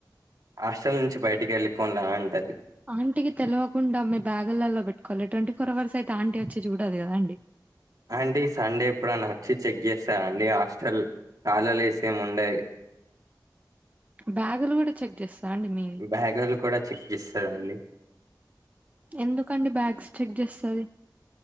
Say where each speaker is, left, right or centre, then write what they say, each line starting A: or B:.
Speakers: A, on the right (about 55°); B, on the right (about 20°).
A: హాస్టల్ నుంచి బయటికి వెళ్ళిపోన్డి ఆంటది
B: ఆంటీకి తెలివకుండా మీ బ్యాగులలో పెట్టుకోవాలి ట్వంటీ ఫోర్ అవర్స్ అయితే ఆంటీ వచ్చి చూడదు కదా అండి
A: అంటీ సండే ఎప్పుడన్న వచ్చి చెక్ చేస్తార అండి హాస్టల్ కాలలేసేం ఉండయి
B: బ్యాగులు కూడా చెక్ చేస్తా అండి మీ
A: బ్యాగులు కూడా చికిిస్తదండి
B: ఎందుకండి బ్యాగ్స్ చెక్ జేస్తది